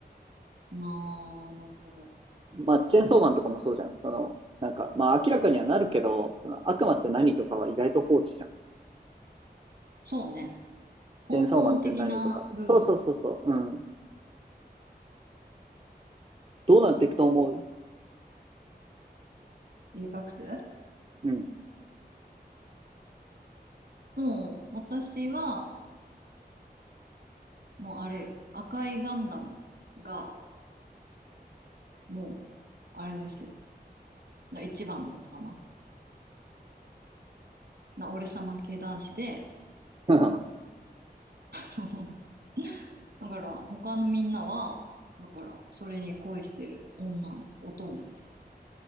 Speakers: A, on the right; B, on the right.
A: なあ、なるほど。
B: まあ、チェーンソーマンとかもそうじゃん。その、なんか、まあ、明らかにはなるけど、その、悪魔って何とかは意外と放置じゃん。
A: そうね。根本的な部分
B: チェーンソーマンって何とか。そうそうそうそう。うん。どうなっていくと思う
A: 留学生
B: うん。
A: もう、私は、もうあれよ、赤いガンダムが、もう、あれですよ。な一番の王様。な、俺様系男子で、
B: <laughs>
A: あの、だから、他のみんなは、だから、それに恋してる女の乙女ですよね。